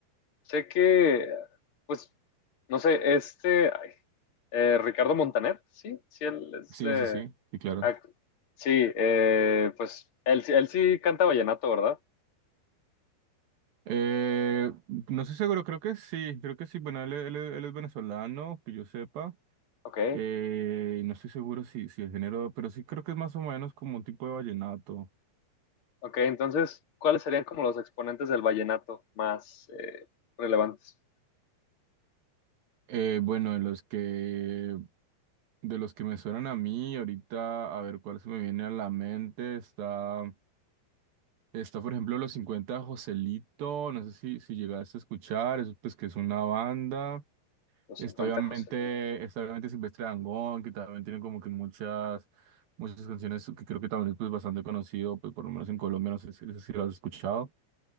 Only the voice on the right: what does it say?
Sí,
sí, sí, sí, claro.
Eh, no estoy seguro, creo que sí, creo que sí. Bueno, él, él- él es venezolano, que yo sepa.
Eh, no estoy seguro si, si el género, pero sí creo que es más o menos como un tipo de vallenato.
Eh, bueno, de los que de los que me suenan a mí, ahorita, a ver cuál se me viene a la mente, está. Está, por ejemplo, Los 50 de Joselito, no sé si, si llegaste a escuchar, es, pues que es una banda.
Está
obviamente,
está obviamente Silvestre Dangond, que también tiene como que muchas, muchas canciones que creo que también es pues, bastante conocido, pues por lo menos en Colombia, no sé si, no sé si lo has escuchado.